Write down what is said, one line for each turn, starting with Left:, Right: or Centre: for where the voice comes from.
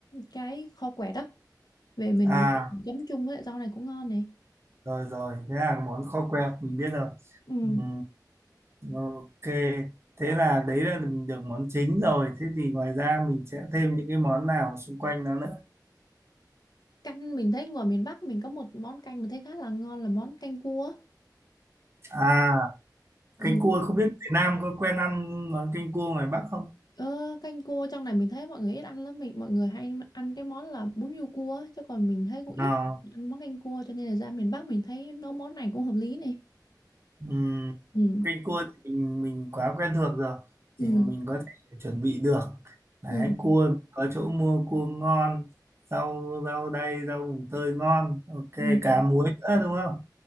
Left: cái kho quẹt đó về mình
Right: À,
Left: chấm chung với lại rau này cũng ngon này
Right: rồi rồi, thế là món kho quẹt mình biết rồi.
Left: ừ.
Right: Ừ, ok, thế là đấy là mình được món chính rồi. Thế thì ngoài ra mình sẽ thêm những cái món nào xung quanh nó nữa.
Left: canh mình thấy ngoài miền Bắc mình có một món canh mình thấy khá là ngon là món canh cua
Right: À,
Left: ừ.
Right: canh cua không biết Việt Nam có quen ăn món canh cua ngoài Bắc không?
Left: ờ, canh cua trong này mình thấy mọi người ít ăn lắm mình mọi người hay ăn cái món là bún riêu cua á, chứ còn mình thấy cũng ít
Right: À.
Left: ăn món canh cua cho nên là ra miền Bắc mình thấy nấu món này cũng hợp lý này
Right: Ừm,
Left: ừ.
Right: canh cua thì mình mình quá quen thuộc rồi
Left: Ừ.
Right: thì mình có thể chuẩn bị được đấy
Left: Ừ.
Right: cua có chỗ mua cua ngon rau rau đay rau mùng tơi ngon ok
Left: Ừ.
Right: cá muối nữa đúng không